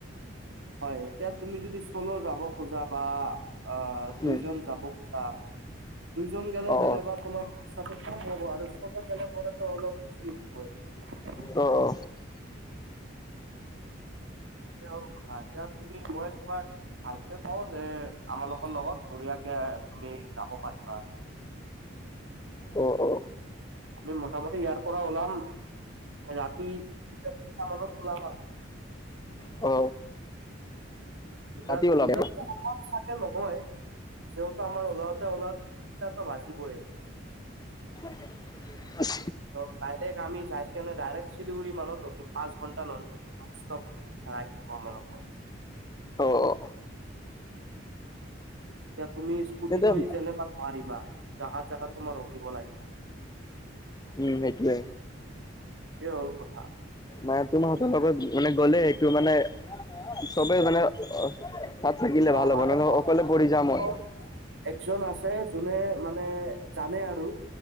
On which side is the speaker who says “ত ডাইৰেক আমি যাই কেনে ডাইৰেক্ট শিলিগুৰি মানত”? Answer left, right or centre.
Right